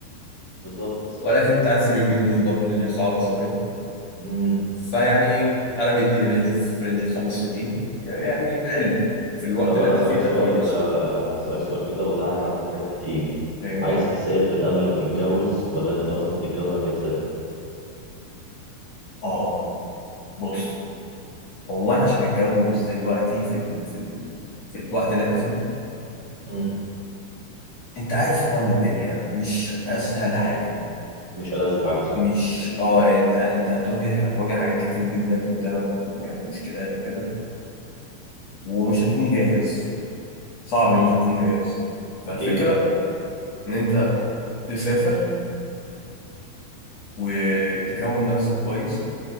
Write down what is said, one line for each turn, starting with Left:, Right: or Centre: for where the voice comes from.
Right: <laughs> بالظبط
Left: ولكن انت عارف اليومين دول برضو الدنيا صعبه شويه
Right: امم
Left: فيعني انا مدي رينج في رينج الخمس سنين يعني حلو في الوقت
Right: طب
Left: اللي
Right: انا
Left: احنا
Right: هسالك
Left: فيه ده
Right: سؤال
Left: كويس
Right: آه، هسالك سؤال كده وده هيحدد حاجات كتير
Left: إيه،
Right: عايز تسافر قبل ما تتجوز ولا انت مثلا تتجوز وبعد كده تسافر
Left: اه بص هو انا عشان اتجوز دلوقتي في ال... في ال... في الوقت اللي احنا فيه
Right: امم
Left: انت عارف طبعا الدنيا مش اسهل حاجه
Right: مش ألذ حاجه صح
Left: مش اه يعني انت انت هتواجه هتواجه حاجات كتير جدا قدامك يعني مشكلات وكده ومش هتكون جاهز صعب
Right: امم
Left: ان انت تكون جاهز فالفكره
Right: اكيد
Left: ان انت تسافر وتكون نفسك كويس